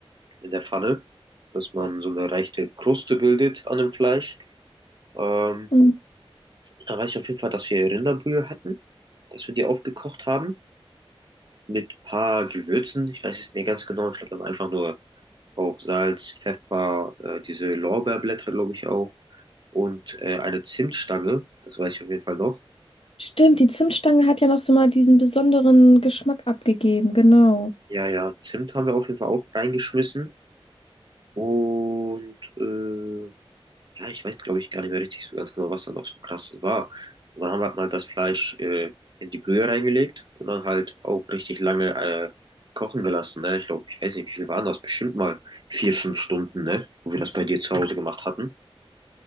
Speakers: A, on the right; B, on the left.
A: in der Pfanne, dass man so eine leichte Kruste bildet an dem Fleisch. Ähm,
B: Mhm.
A: da weiß ich auf jeden Fall, dass wir Rinderbrühe hatten, dass wir die aufgekocht haben mit ein paar Gewürzen. Ich weiß es nicht mehr ganz genau, ich glaube, wir haben einfach nur auch Salz, Pfeffer, äh, diese Lorbeerblätter, glaube ich, auch. Und äh, eine Zimtstange, das weiß ich auf jeden Fall noch.
B: Stimmt, die Zimtstange hat ja noch so mal diesen besonderen Geschmack abgegeben, genau.
A: Ja, ja, Zimt haben wir auf jeden Fall auch reingeschmissen. Und äh, ja, ich weiß, glaube ich, gar nicht mehr richtig so ganz genau, was da noch so krasses war. Und dann haben wir halt mal das Fleisch äh, in die Brühe reingelegt und dann halt auch richtig lange äh, kochen gelassen. Ne? Ich glaube, ich weiß nicht, wie viel waren das? Bestimmt mal vier, fünf Stunden, ne? Wo wir das bei dir zu Hause gemacht hatten.